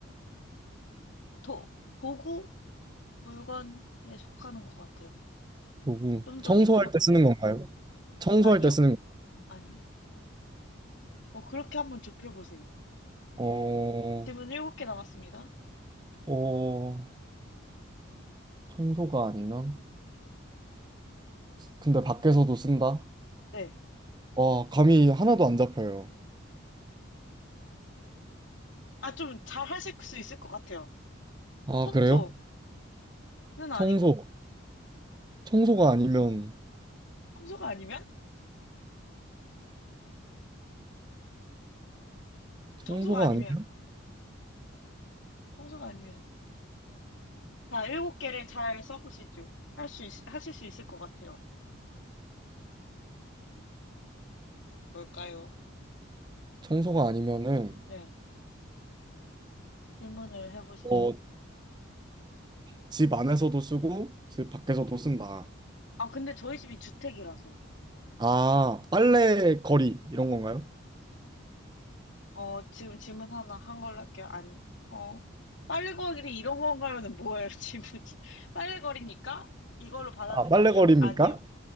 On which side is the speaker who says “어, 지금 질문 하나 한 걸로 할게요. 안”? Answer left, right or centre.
Left